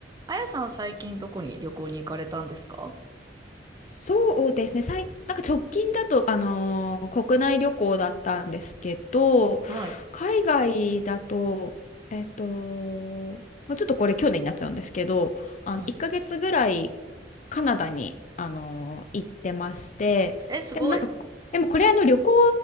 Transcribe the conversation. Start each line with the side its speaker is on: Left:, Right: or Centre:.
Right: あやさん最近どこに旅行に行かれたんですか
Left: そうですね、さい、なんか直近だと、あのー国内旅行だったんですけど、
Right: はい。
Left: 海外だと、えっと、もうちょっとこれ去年になっちゃうんですけど、あの、
Right: はい。
Left: 1ヶ月ぐらいカナダに、あのー行ってまして、
Right: え、すごい。
Left: でもなんか、でもこれあの旅行